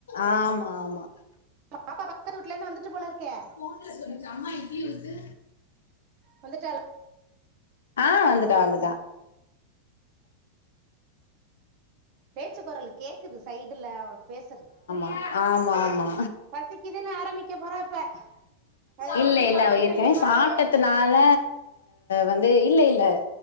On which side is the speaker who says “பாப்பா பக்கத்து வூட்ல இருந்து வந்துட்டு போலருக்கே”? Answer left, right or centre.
Right